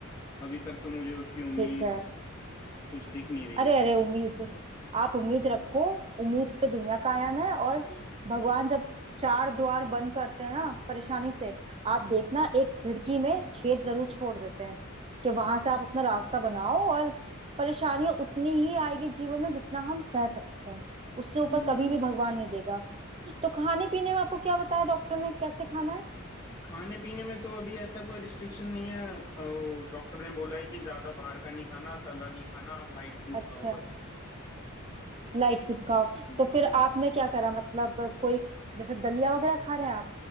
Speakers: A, on the left; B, on the right.
A: अभी तक तो मुझे उसकी उम्मीद
B: ठीक है
A: कुछ दिख नहीं रही
B: अरे
A: है
B: अरे उम्मीद आप उम्मीद रखो उम्मीद पे दुनिया कायम है और भगवान जब चार द्वार बंद करते हैं ना परेशानी से आप देखना एक खिड़की में छेद जरूर छोड़ देते हैं कि वहां से आप अपना रास्ता बनाओ और परेशानियां उतनी ही आएगी जीवन में जितना हम सह सकते हैं उससे ऊपर
A: हम्म
B: कभी भी भगवान नहीं देगा तो खाने पीने में आपको क्या बताया डॉक्टर ने कैसे खाना है
A: खाने पीने में तो अभी ऐसा कोई रिस्ट्रिक्शन नहीं है अ, डॉक्टर ने बोला है कि ज्यादा बाहर का नहीं खाना तला नहीं खाना आप लाइट फूड
B: अच्छा
A: खाओ बस
B: लाइट फूड खाओ
A: हम्म
B: तो फिर आपने क्या करा मतलब कोई जैसे दलिया वगैरह खा रहे हैं आप